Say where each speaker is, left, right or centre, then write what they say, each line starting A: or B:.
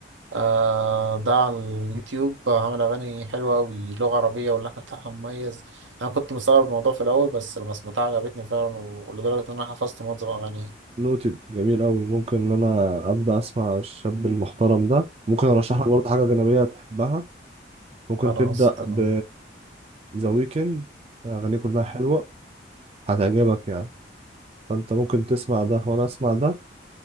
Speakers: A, on the right; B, on the right.
A: آه ده على اليوتيوب آه، عامل أغاني حلوة أوي لغة عربية واللحن بتاعها مميز أنا كنت مستغرب الموضوع في الأول بس لما سمعتها عجبتني فعلا و- ولدرجة إن أنا حفظت معظم أغانيه
B: نوتد جميل أوي ممكن إن أنا أبدأ أسمع الشاب المحترم ده ممكن أرشح
A: مم.
B: لك برضه حاجة أجنبية تحبها ممكن
A: خلاص
B: تبدأ
A: تمام
B: ب ذا ويكند أغانيه كلها حلوة هتعجبك يعني فأنت ممكن تسمع ده وأنا أسمع ده